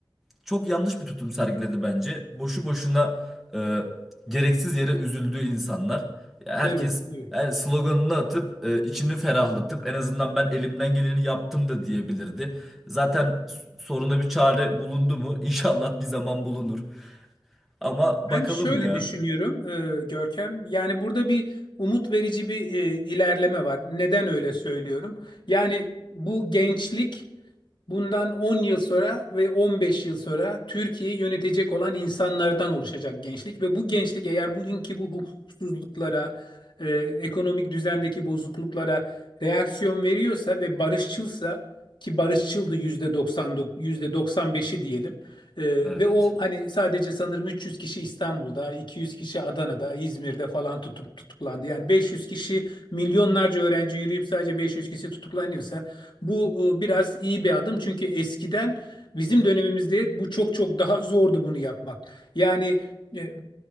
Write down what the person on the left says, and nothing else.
Evet, evet.
Ben şöyle
düşünüyorum e, Görkem. Yani burada bir umut verici bir e, ilerleme var. Neden öyle söylüyorum? Yani bu gençlik Bundan 10 yıl sonra ve 15 yıl sonra Türkiye'yi yönetecek olan insanlardan oluşacak gençlik ve bu gençlik eğer bugünkü bu hukuksuzluklara, e, ekonomik düzendeki bozukluklara reaksiyon veriyorsa ve barışçılsa ki barışçıldı %99, %95'i diyelim. E,
ve o hani sadece sanırım 300 kişi İstanbul'da, 200 kişi Adana'da, İzmir'de falan tutup tutuklandı. Yani 500 kişi milyonlarca öğrenci yürüyüp sadece 500 kişi tutuklanıyorsa bu e, biraz iyi bir adım çünkü eskiden bizim dönemimizde bu çok çok daha zordu bunu yapmak. Yani e,